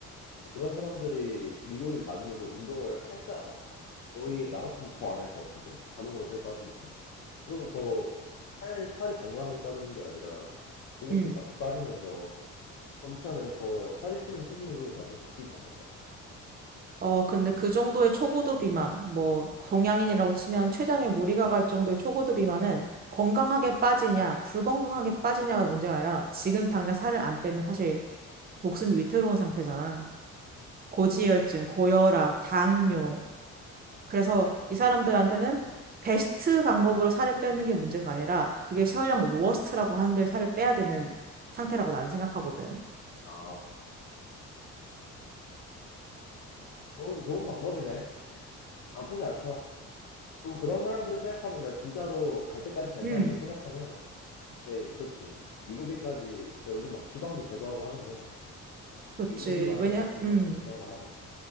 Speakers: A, on the left; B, on the right.
A: 네, 그런 사람들이 위골이 맞으면서 운동을 할까 아마? 거의 나 같으면 더 안 할 것 같은데 자동으로 살이 빠지니까 그러면 더 살 살이 건강하게 빠지는 게 아니라 근육도
B: 음.
A: 같이 빠지면서 점차 그냥 더 살이 찌는 체질로 나중에 바뀌지 않을까?
B: 어, 근데 그 정도의 초고도 비만, 뭐, 동양인이라고 치면 췌장에 무리가 갈 정도의 초고도 비만은 건강하게 빠지냐, 불건강하게 빠지냐가 문제가 아니라 지금 당장 살을 안 빼면 사실 목숨이 위태로운 상태잖아. 고지혈증,
A: 응.
B: 고혈압, 당뇨.
A: 아
B: 그래서 이 사람들한테는 베스트 방법으로 살을 빼는 게 문제가 아니라 그게 설령 워스트라고 하는데 살을 빼야 되는 상태라고 나는 생각하거든.
A: 아 좋은 좋은 방법이네. 나쁘지 않다. 그럼 그런 사람들을 생각하면 그러니까 진짜로 갈 때까지 갈
B: 음,
A: 사람들 생각하면 그래 그렇지 위고비까지 그래 요즘 막 지방도 제거하고 하는데
B: 그렇지.
A: 위고비 만한
B: 왜냐,
A: 게 없긴
B: 음.
A: 해. 그렇게 생각을 하면.